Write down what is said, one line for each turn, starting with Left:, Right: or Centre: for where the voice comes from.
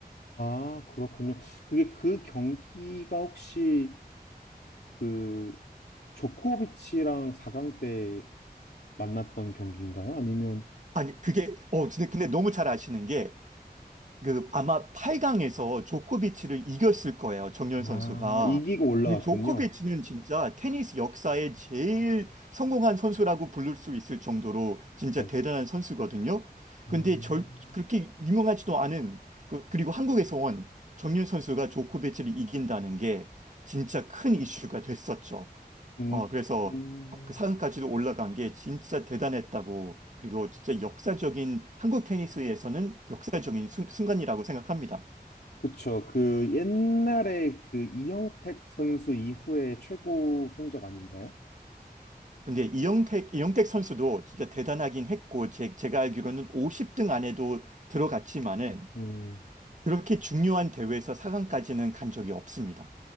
Left: 아, 그렇군요. 그게 그 경기가 혹시 그 조코비치랑 4강 때 만났던 경기인가요? 아니면
Right: 아니, 그게, 어, 근데, 근데 너무 잘 아시는 게 그 아마 8강에서 조코비치를 이겼을 거예요. 정연
Left: 아,
Right: 선수가.
Left: 이기고 올라갔군요.
Right: 근데 조코비치는 진짜 테니스 역사에 제일 성공한 선수라고 부를 수 있을 정도로 진짜
Left: 맞-
Right: 대단한 선수거든요.
Left: 아,
Right: 근데 절 그렇게 유명하지도 않은 그, 그리고 한국에서 온 정연 선수가 조코비치를 이긴다는 게 진짜 큰 이슈가 됐었죠.
Left: 음,
Right: 어, 그래서
Left: 음.
Right: 그강까지도 올라간 게 진짜 대단했다고, 그리고 진짜 역사적인, 한국 테니스에서는 역사적인 순, 순간이라고 생각합니다.
Left: 그쵸. 그 옛날에 그 이형택 선수 이후에 최고 성적 아닌가요?
Right: 근데 이영택, 이영택 선수도 진짜 대단하긴 했고, 제, 제가 알기로는 50등 안에도 들어갔지만은,
Left: 음,
Right: 그렇게 중요한 대회에서 4강까지는 간 적이 없습니다.